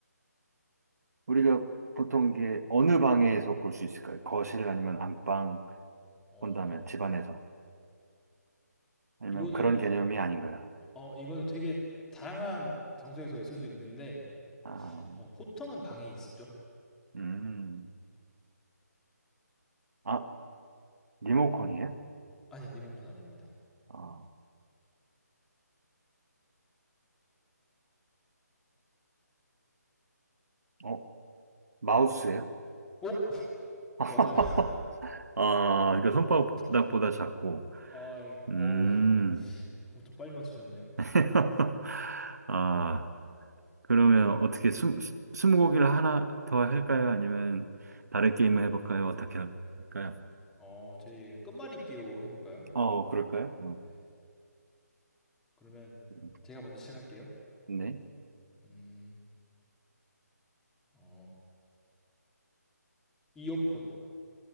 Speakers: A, on the right; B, in the centre.
A: 우리가 보통 이게 어느 방에서 볼 수 있을까요? 거실 아니면 안방
B: 어,
A: 본다면 집안에서 아니면
B: 이거는
A: 그런 개념이 아닌 거야.
B: 어, 이거는 되게 다양한 장소에서 있을 수 있는데
A: 아,
B: 어, 보통은 방에 있죠.
A: 음, 아 리모컨이에요?
B: 아니요, 리모컨 아닙니다.
A: 아, 어, 마우스예요?
B: 오,
A: <laughs>
B: 맞아요.
A: 아, 그러니까
B: 오,
A: 손바닥보다 작고,
B: 아, 예.
A: 음,
B: 어우, 엄청 빨리 맞추셨네요.
A: <laughs> 아, 그러면 어떻게 숨, 스무고기를 하나 더 할까요? 아니면 다른 게임을 해볼까요? 어떻게 할까요?
B: 어, 저희 그냥 끝말잇기로 해볼까요?
A: 어, 그럴까요?
B: 네. 그러면
A: 음.
B: 제가 먼저 시작할게요.
A: 네.
B: 음, 어, 이어폰.